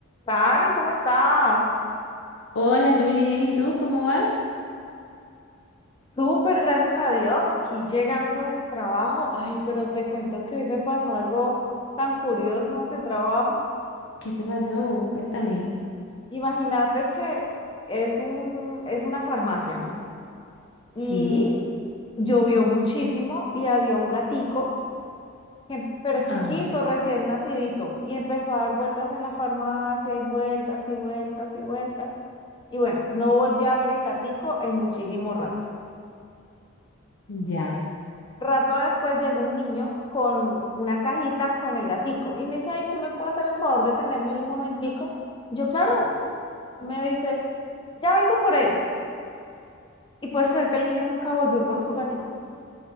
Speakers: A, on the left; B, on the left.
A: Karen, ¿cómo estás?
B: Hola, Julie, bien, ¿y tú cómo vas?
A: Súper, gracias a Dios, aquí llegando del trabajo. Ay, pero te cuento que hoy me pasó algo tan curioso donde trabajo.
B: ¿Qué te pasó? Cuéntame.
A: Imagínate que es un, es una farmacia, ¿no? Y
B: ¿Sí?
A: llovió muchísimo y había un gatico, que- pero chiquito,
B: Ah,
A: recién nacidito, y empezó a dar vueltas en la farmacia y vueltas y vueltas y vueltas. Y bueno, no volví a ver el gatico en muchísimo rato.
B: Ya.
A: Rato después llegó un niño con una cajita con el gatico y me dice, ay, ¿usted me puede hacer el favor de tenérmelo un momentico? Yo, claro, me dice, ya vengo por él. Y puedes creer que el niño nunca volvió por su gatico,